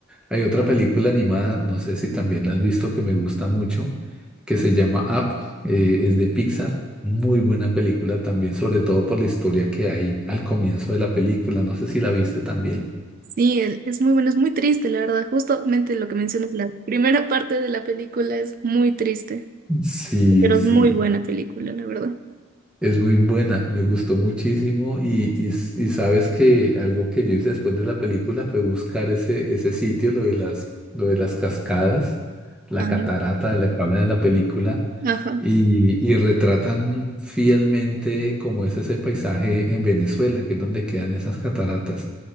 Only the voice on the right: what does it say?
Sí, es es muy bueno, es muy triste, la verdad. Justamente lo que mencionas, la primera parte de la película es muy triste,
pero
es muy buena película, la verdad.
Ay,
ajá,